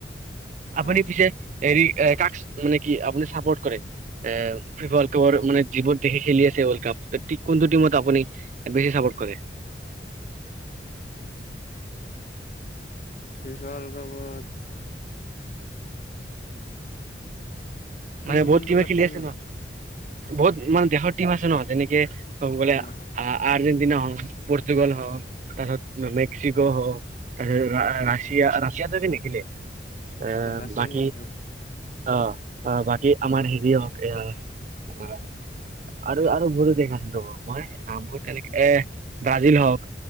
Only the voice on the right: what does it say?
আপুনি
পিছে হেৰি এ কাকচ মানে কি আপুনি চাপৰ্ট কৰে? <unintelligible> জীৱন দেখি খেলি আছে, ৱৰ্ল্ড কাপ। ঠিক, কোনটো টিমত আপুনি? বেছি ছাপ'ৰ্ট কৰে?
মানে, বহুত
টিমে
খেলি
আছে, ন'? বহুত মানে, দেশৰ টিম আছে ন' যেনেকে ক'ব গ'লে,
আ-আৰ্জেণ্টিনা হওঁক, পৰ্তুগাল হওঁক। তাৰপিছত, মেক্সিকো হওঁক। <unintelligible> ৰাছিয়া-ৰাছিয়াটো নেখেলে। আঁ
বাকী
অ'! অ'! বাকী, আমাৰ সেৰি হওঁক, এইয়া অ'! আৰু আৰু বহুতো দেশ আছিল, ৰ'ব। মই নামবোৰ, তেনেকে এ, ব্ৰাজিল হওঁক।